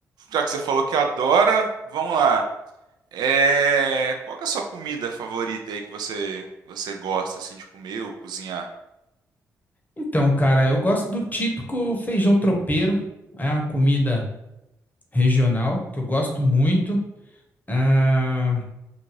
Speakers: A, on the right; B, on the left.
A: já que você falou que adora, vamos lá. É... Qual que é a sua comida favorita aí que você, você gosta assim de comer ou cozinhar?
B: Então, cara, eu gosto do típico feijão tropeiro. É uma comida regional que eu gosto muito. Ah,